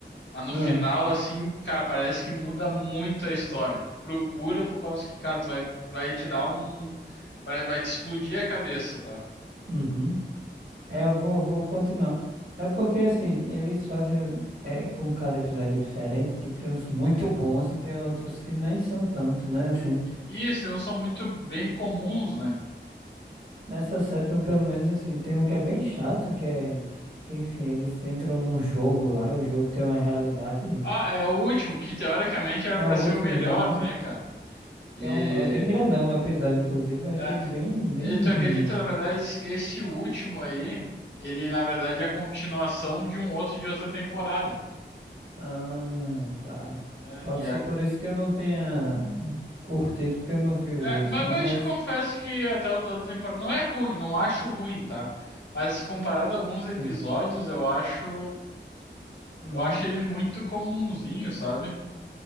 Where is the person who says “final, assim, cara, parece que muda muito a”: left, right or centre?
Left